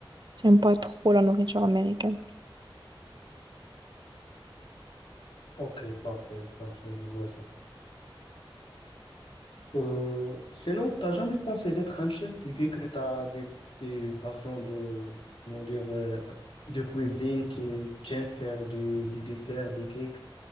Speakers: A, on the right (about 55°); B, on the left (about 75°).
A: J'aime pas trop la nourriture américaine.
B: Ok, parfait, parfait, je vois ça. Euh, sinon, t'as jamais pensé d'être un chef, vu que t'as des, des passions de, comment dire, euh, de cuisine, tu tu aimes faire du- des desserts, des cakes.